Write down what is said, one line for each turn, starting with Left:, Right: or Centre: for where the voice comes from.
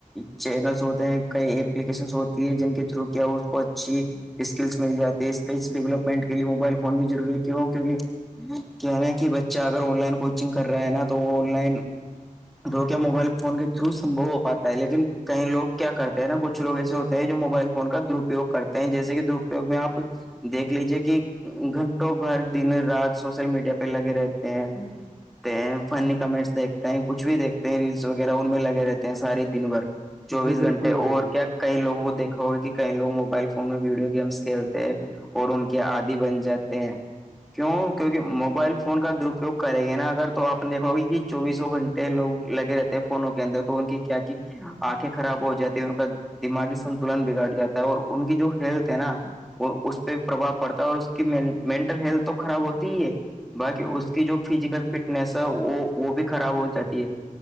Centre: چینلس ہوتے ہیں کئی اپلیکیشنس ہوتی ہے جن کے تھرو کیا اس کو اچھی- اسکلس مل جاتی ہے اسکلس ڈیولپمنٹ کےے موبائل فون بھیضروری ہے کیوں کیہ- کہنا کہ بچہ اگر آن لائن کوچنگ کر رہا ہے نا تو آن لائن- تو کیا موبائل فون کے تھرو سمبو ہو پاتا ہے لیکن کئی لگ کیا کرتے ہیں نا کچھ لگ ایسے ہوتے ہیں جو موبائل فون کا درپیوگ کرتے جیسے کہ درپیگ میں آپ دیکھ لیجیے کہ گھنٹوں بھر دن رات سوشل میڈیا پہ لگے رہتے ہیں ہیں فنی کمنٹس دیکتے ہیں کچھ بھی دیکتے ہیں ریلس وغیرہ ان میں لگے رہتے ہیں ساری دن بھر چوبیس
Right: جی
Centre: گھنٹے
Right: بالکل
Centre: اور
Right: بھائی جان
Centre: کیا کئی لوگوں کو دیکا ہوگا کہ کئی لو موبائل فون میں ویڈیو گیمس کھیلتے ہیں اور ان کے عادی بن جاتے ہیں کیوں کیونکہ موبائل فون کا دراپیوگ کریں گے نا اگر تو آپ نے دیکھا ہوگا ابھء چوبیسوں گنٹے لوگ لگے رہتے ہیں فونوں کے اندر تو ان کی کیا کی- ا کے خراب ہو جاتی ہے ان کا دماغی سن تلن بگڑ جاتا ہے اور ان کی جو حیرت ہے نا اور اس پہ پرواہ پڑتا ہے اور اس کی مینٹل ہیلتھ تو خراب ہوتی ہے- باقی اس کی جو فزیکل فٹنیس ہے وہ وہ بھی خراب ہو جاتی ہے-